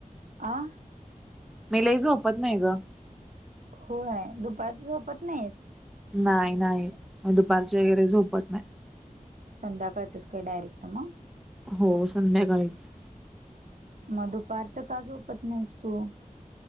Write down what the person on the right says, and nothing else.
आं
होय दुपारचं झोपत नाहीस.
संध्याकाळच डायरेक्ट मग,
मग दुपारच का झोपत नाहीस तू?